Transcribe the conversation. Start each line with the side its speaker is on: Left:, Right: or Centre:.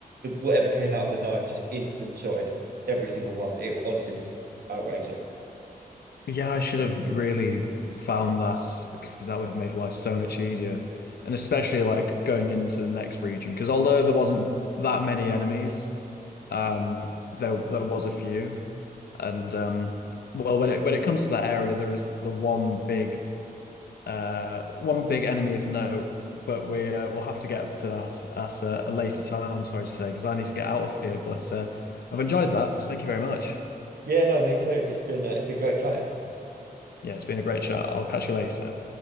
Right: whatever came out of the knife just instant shotted every single one. It honestly was outrageous.
Left: Yeah, I should have really found that because that would have made life so much easier. And especially like going into the next region because although there wasn't that many enemies, um there there was a few. And um well when it when it comes to that area there is the one big Uh, one big enemy of note, but we uh, we'll have to get to that at uh, a later time. I'm sorry to say, because I need to get out of here. But uh, I've enjoyed that. Thank you very much.
Right: Yeah, no, me too. It's been uh, it's been great chatting.
Left: Yeah, it's been a great chat. I'll catch you later.